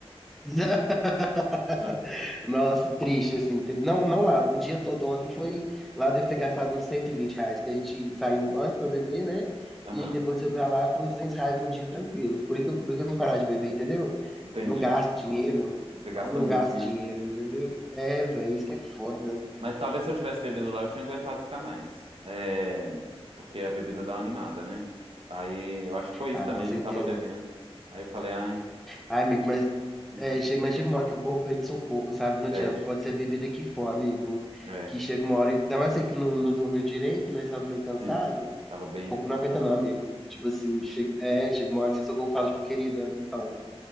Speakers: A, in the centre; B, on the right (about 65°).
A: <laughs>
B: <laughs>
A: Nossa, triste, assim. tri- Não, não lá, o dia todo ontem foi. Lá eu devo ter gastado uns 120 reais, porque a gente saiu antes pra beber, né?
B: Aham,
A: E aí depois foi pra lá, foi 200 reais no dia tranquilo. Por isso, que eu- por isso que eu tenho que parar de beber, entendeu?
B: entendi.
A: Não gasto dinheiro,
B: Você gasta
A: eu não
B: muito,
A: gasto
B: né?
A: dinheiro, entendeu? É, velho, isso que é foda.
B: Mas talvez se eu tivesse bebido lá, eu tinha aguentado ficar mais. É, porque a bebida dá uma animada, né? Aí eu acho que foi isso
A: Ah,
B: também,
A: com certeza.
B: não tava bebendo. Aí eu falei, ai,
A: Ai, amigo, mas,
B: hum,
A: é, chega, mas chega uma hora que o corpo pede socorro, sabe? Não adianta.
B: bad.
A: Pode ser a bebida que for, amigo.
B: É,
A: Que chega uma hora. Ainda mais você que não, não dormiu direito, né? Sabe, meio cansado.
B: sim, tava bem
A: O
B: cansado.
A: corpo não aguenta, não, amigo. Tipo assim, chega, é, chega uma hora que o seu corpo fala, tipo, querida, então,